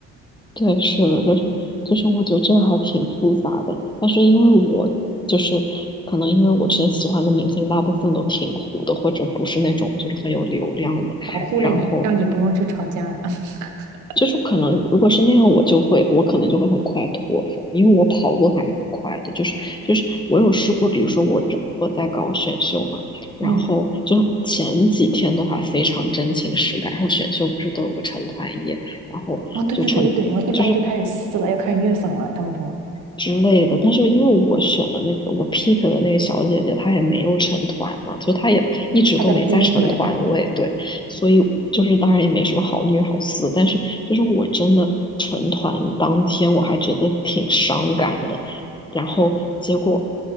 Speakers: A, on the left; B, on the right.
A: 对，是的，就是就是，我觉得这个还挺复杂的。但是因为我就是可能因为我之前喜欢的明星大部分都挺糊的，或者不是那种就是很有流量的，
B: 保护了你，
A: 然后
B: 让你不用去吵架了。<laughs>
A: 就是可能如果是那样，我就会，我可能就会很快脱粉，因为我跑路还蛮快的。就是就是我有试过，比如说我这我在搞选秀嘛，然后就前几天的话非常真情实感，
B: 嗯，
A: 然后选秀不是都有个成团夜，然后就成。
B: 哦，对对对对对，然后一般就开始撕了，
A: 就是。
B: 又开始虐粉了。他们说
A: 之类的。但是因为我选的那个我 pick 的那个小姐姐，她也没有成团嘛，就她也一直都没在成团，
B: 他在边缘，<laughs>
A: 我也对，所以就是当然也没什么好虐好撕，但是就是我真的成团当天我还觉得挺伤感的，然后结果。